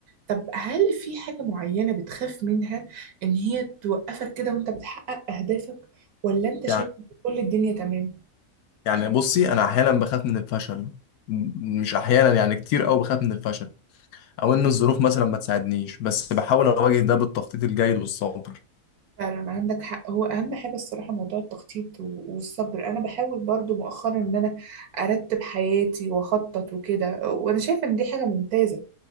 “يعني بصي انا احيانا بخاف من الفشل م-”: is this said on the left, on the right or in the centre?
Left